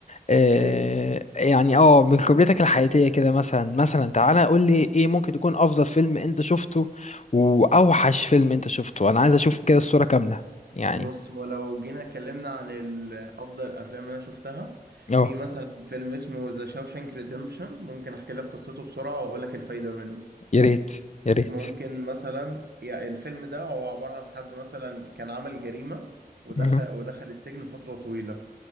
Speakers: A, on the left (about 45°); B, on the right (about 90°).
A: آه،
B: اوكي
A: يعني اه من خبرتك الحياتية كده مثلا مثلا تعالى قول لي ايه ممكن تكون افضل فيلم انت شفته واوحش فيلم انت شفته انا عايز اشوف كده الصورة كاملة يعني
B: بص هو لو جينا اتكلمنا عن ال- افضل الافلام اللي انا شفتها
A: اه
B: في مثلا فيلم اسمه ذا شاوشانك ريديمبشن ممكن احكي لك قصته بسرعة واقول لك الفايدة منه
A: يا ريت يا ريت
B: ممكن مثلا يعني الفيلم ده هو عبارة عن حد مثلا كان عمل جريمة ودخل
A: مهم،
B: ودخل السجن فترة طويلة